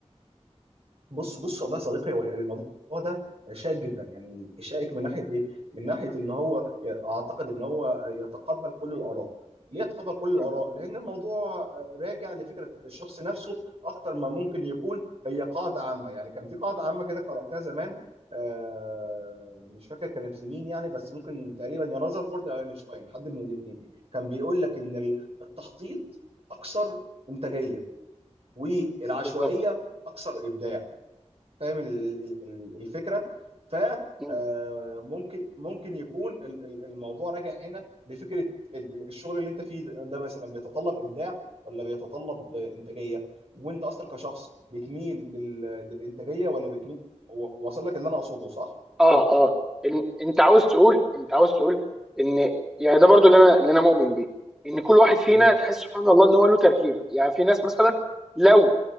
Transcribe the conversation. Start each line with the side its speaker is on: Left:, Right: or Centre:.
Right: بص بص والله يا صديقي هو الموضوع ده شائك جدا يعني شائك من ناحيه ايه؟ من ناحيه ان هو اعتقد ان هو يتقبل كل الاراء ليه يتقبل كل الاراء؟
Centre: مم.
Right: لان الموضوع آه، راجع لفكره الشخص نفسه اكتر ما ممكن يكون هي قاعده عامه يعني كان في قاعده عامه كده قراتها زمان آه، مش فاكر كانت لمين يعني بس ممكن تقريبا يا رذرفورد يا اينشتاين حد من الاثنين كان بيقول لك ان التخطيط اكثر انتاجيه والعشوائيه
Centre: بالظبط
Right: اكثر ابداع فاهم ال- ال- ال- الفكره ف
Centre: مم.
Right: آه، ممكن ممكن يكون ال- ال- الموضوع راجع هنا لفكره ال- ال- الشغل اللي انت فيه ده مثلا بيتطلب ابداع ولا بيتطلب انتاجيه وانت اصلا كشخص بتميل لل- للانتاجيه ولا بتميل و- واصل لك اللي انا اقصده صح؟
Centre: اه اه إن انت عاوز تقول انت عاوز تقول ان يعني ده برضو اللي انا اللي انا مؤمن بيه ان كل واحد فينا
Right: مم.
Centre: تحس سبحان الله ان هو له تركيبه يعني في ناس مثلا لو